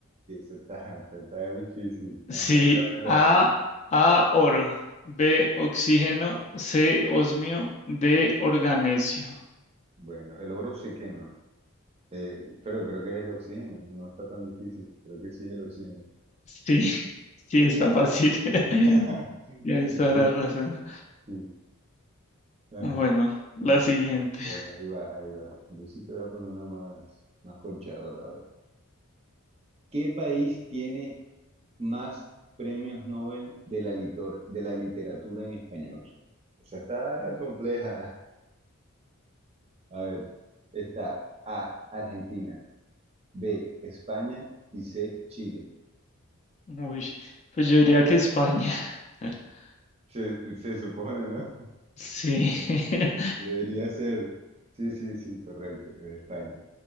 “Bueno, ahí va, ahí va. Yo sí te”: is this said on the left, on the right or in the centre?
Right